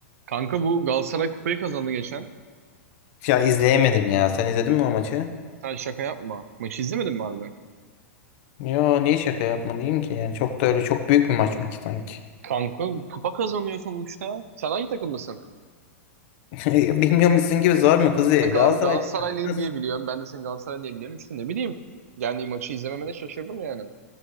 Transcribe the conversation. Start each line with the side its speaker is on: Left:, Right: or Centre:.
Right: Kanka bu Galatasaray kupayı kazandı geçen.
Left: Ya izleyemedim ya. Sen izledin mi o maçı?
Right: Sen şaka yapma. Maçı izlemedin mi harbiden?
Left: Ya niye şaka yapma ki? Yani çok da öyle çok büyük bir maç mı ki sanki?
Right: Kanka kupa kazanıyor sonuçta. Sen hangi takımlısın?
Left: <laughs> Bilmiyor musun gibi zor mu kızı?
Right: Gal
Left: Galatasaray'da
Right: Galatasaraylıyım
Left: nasıl?
Right: diye biliyorum. Ben de seni Galatasaray diye biliyorum. İşte ne bileyim. Yani maçı izlememene şaşırdım yani.